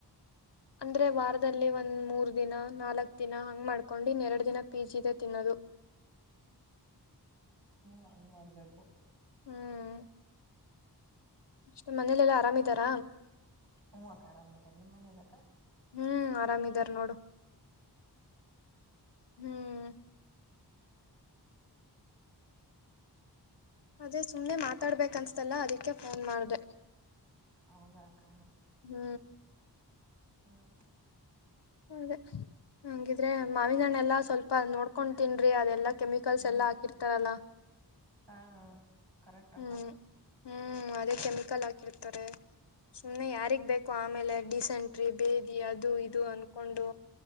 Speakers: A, on the left; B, on the right.
A: ಅಂದ್ರೆ ವಾರದಲ್ಲಿ ಒಂದ್ ಮೂರ್ ದಿನ ನಾಲ್ಕ್ ದಿನ ಹಂಗ್ ಮಾಡ್ಕೊಂಡು ಇನ್ನೆರಡು ದಿನ ಪಿ ಜಿ ದ ತಿನ್ನೋದು.
B: ಹ್ಮ್ ಹಂಗ ಮಾಡ್ಬೇಕು
A: ಹ್ಮ್ <unintelligible> ಅಷ್ಟೇ ಮನೇಲೆಲ್ಲಾ ಆರಾಮ ಇದರ.
B: ಹೂ ಅಕ್ಕ ಅರಮಿದರೆ ನಿಮ್ ಮನೆಯಾಗ ಅಕ್ಕ.
A: ಹ್ಮ್ ಆರಾಮಿದಾರ ನೋಡು ಹ್ಮ್.
B: <inaudible>
A: ಅದೇ ಸುಮ್ನೆ ಮಾತಾಡ್ಬೇಕ ಅನ್ಸ್ತಲ್ಲಾ ಅದಿಕ್ಕೆ ಫೋನ್ ಮಾಡ್ದ.
B: ಹೌದಕ್ಕ.
A: ಹ್ಮ್
B: ಹ್ಮ
A: ಅದೇ ಹಂಗಿದ್ರೆ ಮಾವಿ ಹಣ್ಣೆಲ್ಲ ಎಲ್ಲಾ ಸ್ವಲ್ಪ ನೋಡ್ಕೊಂಡ ತಿನ್ರಿ ಅದೆಲ್ಲಾ. ಕೆಮಿಕಲ್ಸ್
B: ಹ್ಮ್
A: ಎಲ್ಲ ಹಾಕಿರ್ತಾರಲ್ಲಾ.
B: ಹಾ ಕರೆಕ್ಟ್ ಅಕ್ಕ
A: ಹ್ಮ್ ಹ್ಮ್ ಅದೇ ಕೆಮಿಕಲ್ ಹಾಕಿರ್ತಾರೆ. ಸುಮ್ನೆ ಯಾರಿಗ್ ಬೇಕು ಆಮೇಲೆ ಡೀಸೆಂಟ್ರಿ ಬೇದಿ ಅದು ಇದು ಅನ್ಕೊಂಡು.